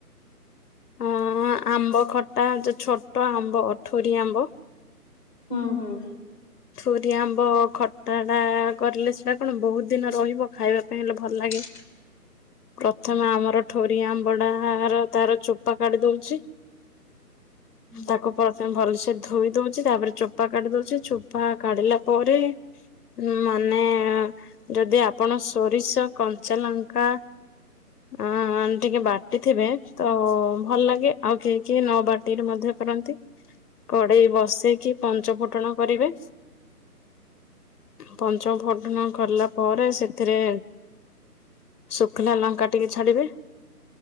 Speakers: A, on the left (about 70°); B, on the left (about 30°).
A: ହ ଆମ୍ବ ଖଟା ଯୋଉ ଛୋଟ ଆମ୍ବ ଅଠରି ଆମ୍ବ।
B: ହୁଁ ହୁଁ।
A: ଛୁରିଆ ଆମ୍ବ ଖଟାଟା କରିଲେ ସେଇଟା କଣ ବହୁତ ଦିନ ରହିବ ଖାଇବା ପାଇଁ ହେଲେ ଭଲ ଲାଗେ।
B: <inaudible>
A: ପ୍ରଥମେ ଆମର ଠୋରିଆ ଆମ୍ବଡା ର ତାର ଚୋପା କାଢି ଦଉଛି
B: ହୁଁ।
A: ତାକୁ ପ୍ରଥମେ ଭଲସେ ଧୋଇ ଦଉଛି ତାପରେ ଚୋପା କାଢି ଦଉଛି ଚୋପା କାଢିଲା ପରେ ମାନେ ଯଦି ଆପଣ ସୋରିଷ କଞ୍ଚା ଲଙ୍କା ହଁ ଟିକେ ବାଟି ଥିବେ ତ ଭଲ ଲାଗେ ଆଉ କେହି କେହି ନ ବାଟି ମଧ୍ୟ କରନ୍ତି କଡେଇ ବସେଇକି ପଞ୍ଚ ଫୁଟଣ କରିବେ ପଞ୍ଚ ଫୁଟଣ କଲା ପରେ ସେଥିରେ ଶୁଖିଲା ଲଙ୍କା ଟିକେ ଛାଡିବେ